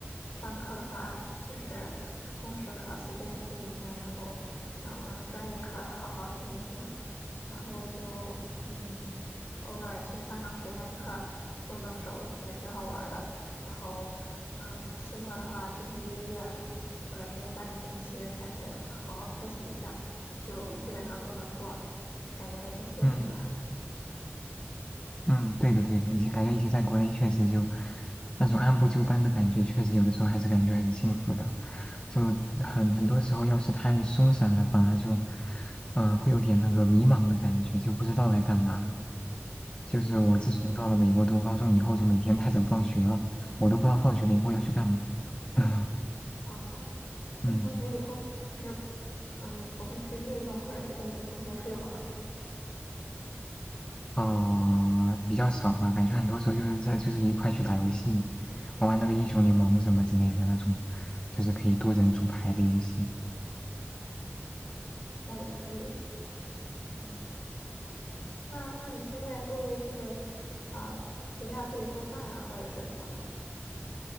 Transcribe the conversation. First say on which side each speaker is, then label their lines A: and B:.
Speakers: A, on the left (about 55°); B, on the left (about 20°).
A: 上课的话就是通识课随便听一听，然后嗯专业课好好听一听，然后就嗯，偶尔去上上实验课，动动手也挺好玩儿的。然后嗯，期末的话，提前一个月或者是三个星期开始好好复习一下，就基本上都能过，感觉还挺幸福的。
B: 嗯嗯，对的对的，以前感觉以前在国内确实就那种按部就班的感觉，确实有的时候还是感觉很幸福的。就很很多时候，要是太松散了，反而就嗯、呃会有点那个迷茫的感觉，就不知道该干嘛了。
A: <laughs>
B: 就是我自从到了美国读高中以后，
A: 嗯，
B: 就每天太早放学了，我都不知道放学了以后要去干嘛。<laughs>
A: 啊，那放学以后就是
B: 嗯。
A: 嗯，不会去运动或者是跟你同学出去玩儿吗？
B: 啊、比较少吧，感觉很多时候就是在就是一块去打游戏，玩玩那个英雄联盟什么之类的那种，就是可以多人组牌的游戏。
A: 嗯，那也可以。
B: 嗯，
A: 那那你现在会不会就是呃回家自己做饭啊，或者是什么的？